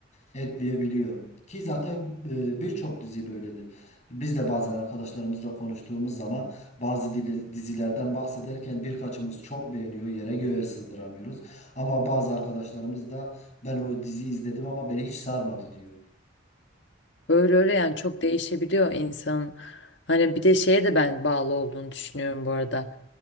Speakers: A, on the left; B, on the left.
A: etmeyebiliyor. Ki zaten e, birçok dizi böyledir. Biz de bazen arkadaşlarımızla konuştuğumuz zaman bazı dili- dizilerden bahsederken birkaçımız çok beğeniyor, yere göğe sızdıramıyoruz. Ama bazı arkadaşlarımız da ben o diziyi izledim ama beni hiç sarmadı diyor.
B: Böyle öyle yani çok değişebiliyor insanın. Hani bir de şeye de ben bağlı olduğunu düşünüyorum bu arada.